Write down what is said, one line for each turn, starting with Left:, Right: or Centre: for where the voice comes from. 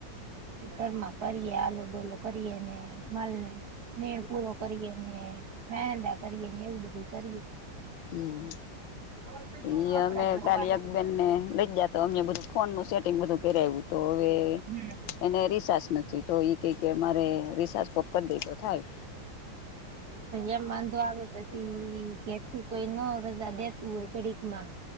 Right: ઘરમાં કરીએ આલો ડોલો કરીએને માલને ને પૂરો કરીએ ને મહેંદા કરીએ ને એવું બધું કરીએ
Left: હમ
Right: <inaudible>
Left: ઈ અમે
Right: ધોવાના
Left: કાલી એક બેેનને લઈ ગયા તો અમે બધું ફોનનું સે <unintelligible> બધું પેરાયવુ તો હવે
Right: હમ
Left: એને રિસાચ નથી તો એ કંઈ કે મારે રિસાસ કોક કરી દે તો થાય
Right: અયા એમ વાંધો આવે પછી કેેથી કોઈ ન કરતા દેતું હોય કડીકમાં